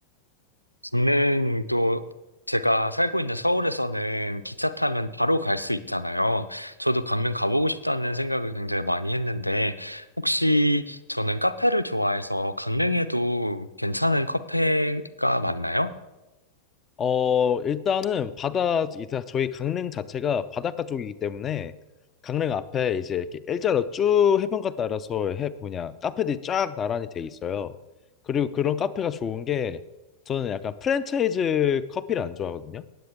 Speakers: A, on the right; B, on the left.
A: 저는 또 제가 살고 있는 서울에서는 기차 타면 바로 갈 수 있잖아요. 저도 강릉 가보고 싶다는 생각을 굉장히 많이 했는데 혹시 저는 카페를 좋아해서 강릉에도 괜찮은 카페가 많나요?
B: 어, 일단은 바다, 이제 저희 강릉 자체가 바닷가 쪽이기 때문에 강릉 앞에 이제 이렇게 일자로 쭉 해변가 따라서 해, 뭐냐, 카페들이 쫙 나란히 돼 있어요. 그리고 그런 카페가 좋은 게 저는 약간 프랜차이즈 커피를 안 좋아하거든요.